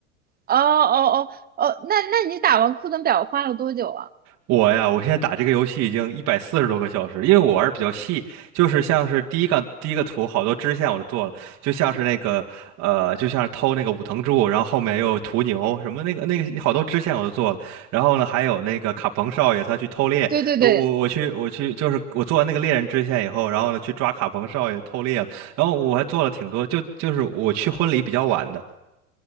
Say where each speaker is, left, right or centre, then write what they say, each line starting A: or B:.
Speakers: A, on the right (about 25°); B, on the right (about 40°).
A: 哦哦哦哦，那那你打完库腾堡花了多久啊？
B: 我呀，我现在打这个游戏已经一百四十多个小时了因为我玩的比较细，就是像是第一个第一个图好多支线我都做了，就像是那个呃，就像是偷那个武藤柱，然后后面又有屠牛什么那个那个好多支线我都做了，然后呢还有那个卡彭少爷他去偷猎，
A: 对对对，
B: 呃我我去我去就是我做完那个猎人支线以后，然后呢去抓卡彭少爷偷猎了，然后我还做了挺多，就就是我去婚礼比较晚的，